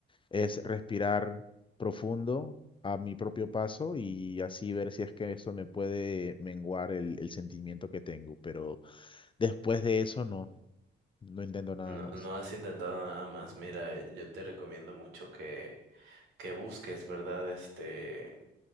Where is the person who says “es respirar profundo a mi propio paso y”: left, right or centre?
Left